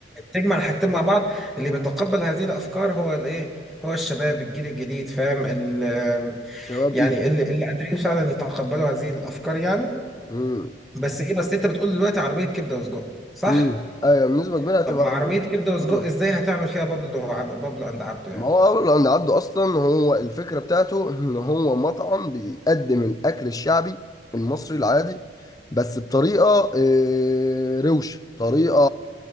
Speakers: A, in the centre; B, on the left.
A: تجمع الحاجتين مع بعض اللي بيتقبل هذه الافكار هو الايه هو الشباب الجيل الجديد فاهم ال
B: كباب
A: يعني
B: ايجي
A: اللي اللي قادرين فعلا يتقبلوا هذه الافكار يعني
B: امم
A: بس ايه بس انت بتقول دلوقتي عربيه كبده وسجق صح
B: امم ايوه بنسبه كبيره هتبقى
A: طب مع عربيه كبده وسجق
B: مم.
A: ازاي هتعمل فيها بابلو وعب- بابلو اند عبده يعني
B: ما هو أول عند عبده أصلا هو الفكرة بتاعته إن هو مطعم بيقدم الأكل الشعبي المصري العادي بس بطريقة آه، روش طريقة